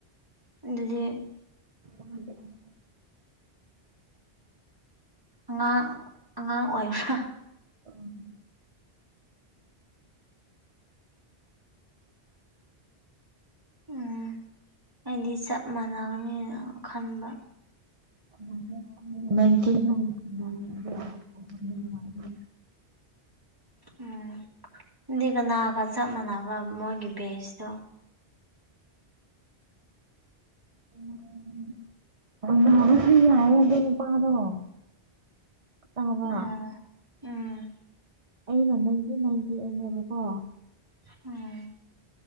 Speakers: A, on the right (about 20°); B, on the right (about 35°).
A: ꯑꯗꯨꯗꯤ
B: <unintelligible>
A: ꯑꯉꯥꯡ ꯑꯉꯥꯡ ꯑꯣꯏꯕ꯭ꯔ
B: <inaudible>
A: ꯎꯝ ꯑꯩꯗꯤ ꯆꯞ ꯃꯥꯟꯅꯒꯅꯤꯅ ꯈꯟꯕ
B: <unintelligible>
A: ꯎꯝ ꯑꯗꯨꯗꯤ ꯀꯅꯥꯒ ꯆꯞ ꯃꯥꯟꯅꯕ ꯃꯣꯏꯒꯤ ꯕꯦꯁꯇ‌ꯣ
B: <unintelligible> ꯇꯥꯕ꯭ꯔꯥ
A: ꯎꯝ ꯎꯝ
B: ꯑꯩꯅ ꯅꯪꯗꯤ ꯅꯥꯟꯊ‌ꯦꯛ ꯑꯅꯦꯕꯀꯣ
A: <unintelligible>